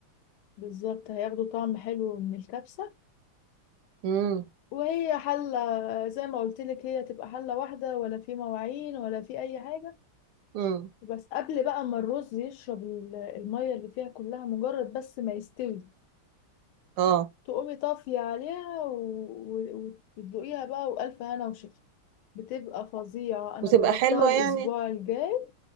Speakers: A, on the left; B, on the right.
A: بالظبط هياخدوا طعم حلو من الكبسة
B: امم
A: وهي حلة زي ما قلت لك هي تبقى حلة واحدة ولا في مواعين ولا في أي حاجة
B: امم
A: بس قبل بقى ما الرز يشرب ال- المية اللي فيها كلها مجرد بس ما يستوي
B: اه
A: تقومي طافية عليها و- و- وتدوقيها بقى وألف هنا وشفا بتبقى فظيعة أنا
B: وتبقى
A: جربتها
B: حلوه
A: الأسبوع
B: يعني
A: الجاي